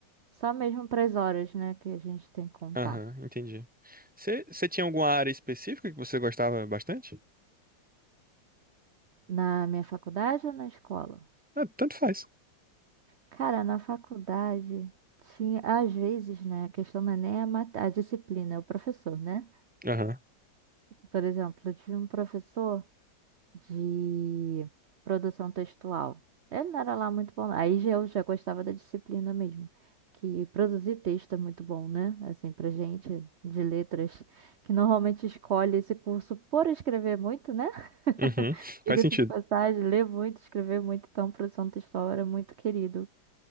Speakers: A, on the right; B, in the centre.
A: Só mesmo para as horas, né, que a gente tem que contar.
B: aham, entendi. Você você tinha alguma área específica que você gostava bastante?
A: Na minha faculdade ou na escola?
B: Ah, tanto faz.
A: Cara, na faculdade tinha, às vezes, né? A questão não é nem a, mat- a disciplina, é o professor, né?
B: Aham.
A: Por exemplo, eu tive um professor de produção textual. Ele não era lá muito bom. Aí já eu já gostava da disciplina mesmo. Que produzir texto é muito bom, né? Assim, pra gente de letras, que normalmente escolhe esse curso por escrever muito, né? <laughs>
B: Uhum. Faz
A: Diga-se
B: sentido.
A: de passagem, ler muito, escrever muito, então produção textual era muito querido.